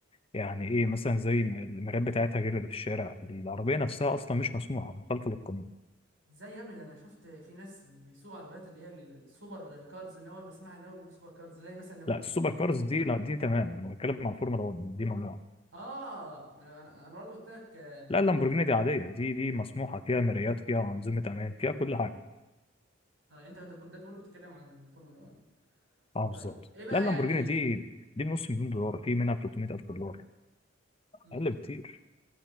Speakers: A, on the left; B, on the right.
A: يعني ايه مثلا زي ما المرايات بتاعتها غير اللي في الشارع العربيه نفسها اصلا مش مسموحه مخالفه للقانون
B: ازاي يا ابني ده انا شفت في ناس بيسوقوا عربيات اللي هي السوبر كارز اللي هو بسمعها اللي هو بيقول سوبر كارز زي مثلا لامبورجيني
A: لا السوبر كارز دي لا دي تمام انا بتكلم عن الفورمولا 1 دي ممنوعه
B: اه انا انا انا برضه قلت لك آه،
A: لا
B: على العربيات
A: اللامبورجيني
B: اللي هي
A: دي عاديه دي دي مسموحه فيها مرايات فيها انظمه امان فيها كل حاجه
B: اه يعني انت ده كل- ده كله بتتكلم عن الفورمولا 1
A: اه بالظبط
B: طيب ايه بقى
A: لا اللامبورجيني
B: يعني
A: دي دي بنص مليون دولار في منها 300000 دولار
B: مم.
A: اقل بكتير